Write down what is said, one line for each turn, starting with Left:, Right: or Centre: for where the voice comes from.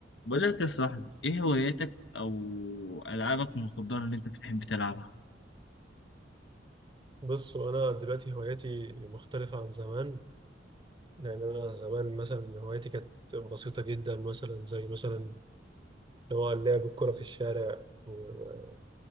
Left: بقول لك يا صاحبي ايه هواياتك او العابك المفضله اللي انت بتحب تلعبها
Right: بصوا أنا دلوقتي هواياتي مختلفة عن زمان لأن أنا زمان مثلا هواياتي كانت بسيطة جدا مثلا زي مثلا اللي هو لعب الكرة في الشارع و-